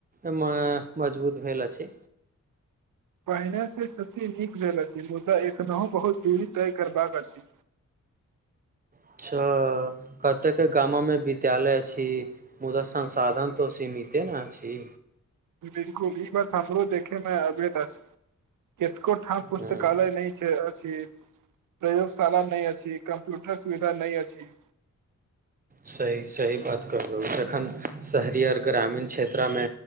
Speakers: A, on the right; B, on the right.
A: एम्मे मजबूत भेल अछि?
B: पहिने स स्थिति नीक भेल अछि मुदा एखनहुँ बहुत दूरी तय करबाक अछि।
A: अच्छ कतेक गामोमे विद्यालय अछि मुदा संसाधन तो सीमिते ने अछि।
B: बिलकुल ई बात हमरो देखे मे अबैत अछ। केतको हँ पुस्तकालय
A: हूँ
B: नै छै अछी। प्रयोगशाला नहि अछि, कम्प्यूटर सुविधा नहि अछि।
A: सही-सही बात कहलहुँ। जखन शहरी अर ग्रामीण क्षेत्रा मे